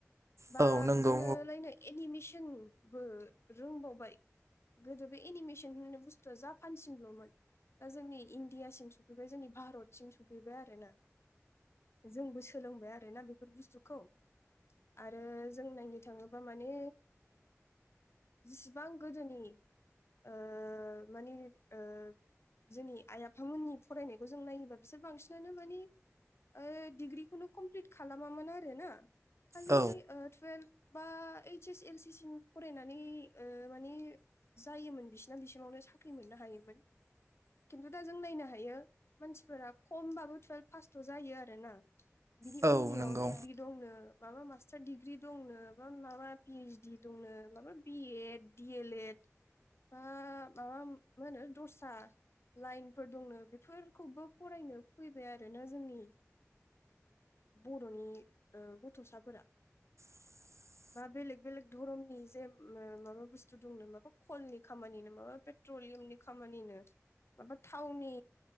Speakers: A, on the left (about 55°); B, on the right (about 70°).
A: बा
B: औ नंगौ
A: बिदिनो लायनो एनिमेसनबो रोंबावबाय गोदो बे एनिमेसन होननाय बुस्थुआ जापानसिमल'मोन दा जोंनि इण्डियासिम सफैबाय जोंनि भारतसिम सफैबाय आरो ना। जोंबो सोलोंबाय आरो ना बेफोर बुस्थुखौ। आरो जों नायनो थाङोब्ला माने जिसिबां गोदोनि ओ माने ओ जोंनि आइ आफामोननि फरायनायखौ जों नायोबा बिसोर बांसिनानो माने ओ डिग्रिखौनो कमप्लिट खालामामोन आरो ना। खालि
B: औ
A: ओ टुवेल्भ बा ओइस एस एल सि सिम फरायनानै ओ माने जायोमोन बिसिना बिसिमावनो साख्रि मोननो हायोमोन खिन्थु दा जों नायनो हायो। मानसिफोरा खमबाबो टुयेल्भ पासथ' जायो आरो ना। बिदि
B: औ
A: उननियाव
B: नंगौ
A: डिग्रि दंनो माबा मास्टार डिग्रि दंनो बा माबा पिएइसडि दंनो माबा बिएड डि एल एड। बा माबा मा होनो दस्रा लाइनफोर दंनो बेफोरखौबो फरायनो फैबाय आरोना जोंनि बर'नि गथ'साफोरा
B: <inaudible>
A: बा बेलेग बेलेग धरमनि जे माबा बुस्थु दंनो माबा खलनि खामानिनो माबा पेट्रलियामनि खामानिनो माबा थावनि